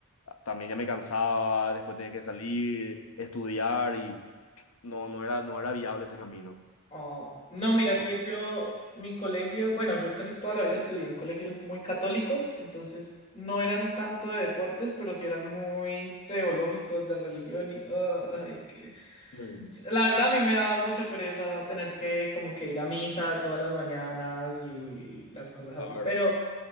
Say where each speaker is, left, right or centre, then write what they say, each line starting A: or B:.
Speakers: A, on the left; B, on the left.
A: también ya me cansaba, después tenía que salir, estudiar y no, no era, no era viable ese camino.
B: Oh, no, mira
A: Entonces,
B: que yo, mi colegio, bueno, yo casi toda la vida estudié en colegios muy católicos, entonces no eran tanto de deportes, pero sí eran muy teológicos de religión y ah, es que
A: Mm.
B: Yo- La verdad, a mí me daba mucha pereza tener que como que ir a misa todas las mañanas y las cosas
A: claro.
B: así, pero,